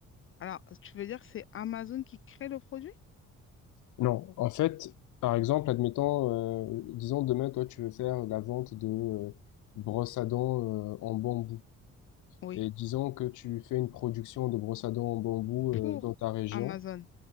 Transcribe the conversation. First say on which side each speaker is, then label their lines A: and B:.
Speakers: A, on the left; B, on the left.
A: Alors, tu veux dire que c'est Amazon qui crée le produit?
B: Non. En fait, par exemple, admettons, euh, disons demain, toi, tu veux faire la vente de euh, brosses à dents euh, en bambou.
A: Oui.
B: Et disons que tu fais une production de brosses à dents en bambou
A: Pour
B: euh, dans ta région.
A: Amazon.